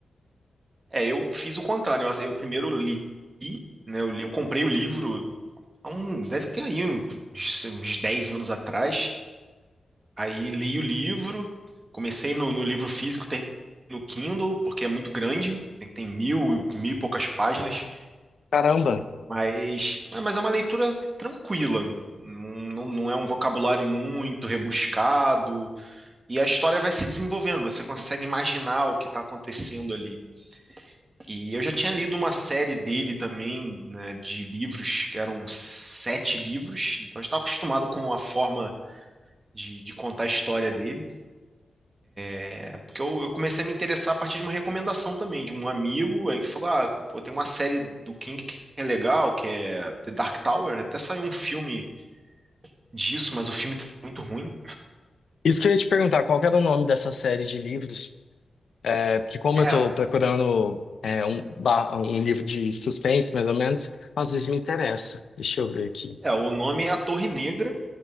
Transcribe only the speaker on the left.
caramba.
Isso que eu ia te perguntar, qual que era o nome dessa série de livros? É, porque como
eu tô procurando é, um, ba- um livro de suspense, mais ou menos, às vezes me interessa. Deixa eu ver aqui.